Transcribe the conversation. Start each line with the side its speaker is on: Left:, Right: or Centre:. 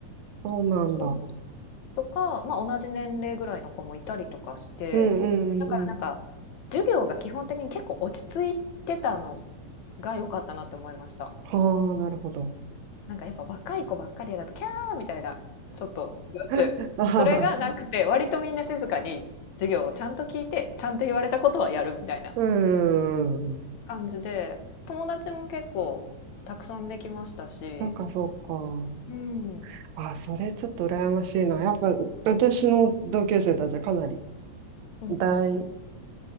Right: そうなんだ。
Left: そう。とか、まあ、同じ年齢ぐらいの子もいたりとかして、
Right: うんうんうんうん。
Left: だからなんか、授業が基本的に結構落ち着いてたのが良かったなって思いました。
Right: はあ、なるほど。
Left: なんかやっぱ若い子ばっかりだと、キャーみたいな、ちょっと授業中、
Right: <laughs> あはは
Left: それがなくて、割とみんな静かに授業をちゃんと聞いて、ちゃんと言われたことはやるみたいな
Right: うん。
Left: 感じで、友達も結構たくさんできましたし、
Right: なんかそうか。
Left: うん、うん
Right: あ、それちょっと羨ましいな。やっぱ、う私の同級生たちはかなり
Left: うん。
Right: 大、